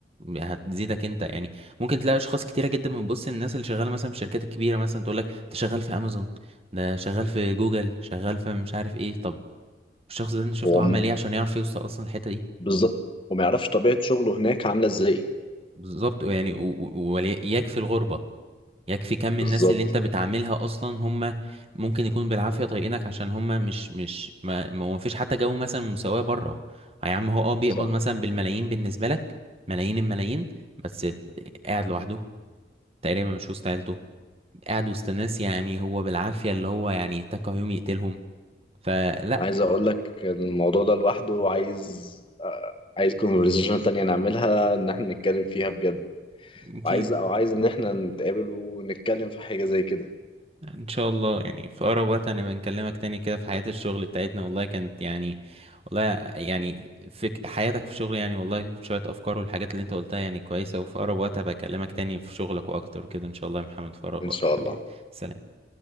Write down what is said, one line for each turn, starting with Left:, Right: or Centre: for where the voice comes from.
Right: هتزيدك انت يعني ممكن تلاقي اشخاص كتيره جدا بتبص للناس اللي شغاله مثلا في الشركات الكبيره مثلا تقول لك انت شغال في امازون ده شغال في جوجل شغال في مش عارف ايه طب الشخص ده انت شفته
Left: هو م-
Right: عمل ايه عشان يعرف يوصل اصلا الحته دي
Left: بالظبط وما يعرفش طبيعة شغله هناك عاملة ازاي
Right: بالظبط يعني و- و- ويكفي الغربة يكفي كم الناس
Left: بالظبط
Right: اللي انت بتعاملها اصلا هم ممكن يكون بالعافية طايقينك عشان هم مش مش ما, ما هو مفيش حتى جو مثلا مساواة بره يا عم هو اه بيقبض
Left: صح
Right: مثلا بالملايين بالنسبة لك ملايين الملايين بس قاعد لوحده تقريبا مش وسط عيلته قاعد وسط ناس يعني هو بالعافية اللي هو يعني اتكى يوم يقتلهم فلا
Left: عايز اقول لك الموضوع ده لوحده عايز آه، عايز كونفرزيشن تانية نعملها ان احنا نتكلم فيها بجد
Right: اكيد
Left: عايز او عايز ان احنا نتقابل ونتكلم في حاجة زي كده
Right: ان شاء الله يعني في اقرب وقت هنبقى نكلمك تاني كده في حياة الشغل بتاعتنا والله كانت يعني والله يعني في حياتك في الشغل يعني والله شوية افكار والحاجات اللي انت قلتها يعني كويسة وفي اقرب وقت هبقى اكلمك تاني في شغلك واكتر كده ان شاء الله يا محمد في اقرب
Left: ان
Right: وقت
Left: شاء
Right: حبيبي
Left: الله
Right: سلام